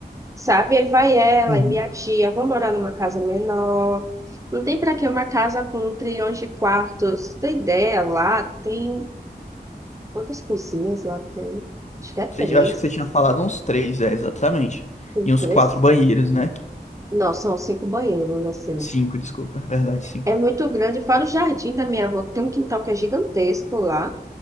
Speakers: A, on the right; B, on the left.
A: sabe? Aí vai ela
B: Uhum.
A: e minha tia, vão morar numa casa menor. Não tem para que uma casa com trilhões de quartos, tem ideia lá, tem quantas cozinhas lá tem? Acho que é três.
B: Você- Eu acho que você tinha falado uns três, é, exatamente.
A: Tem
B: E
A: três
B: uns quatro banheiros, né?
A: Não, são cinco banheiros, assim.
B: Cinco, desculpa. é Verdade, cinco.
A: É muito grande, fora o jardim da minha avó, que tem um quintal que é gigantesco lá.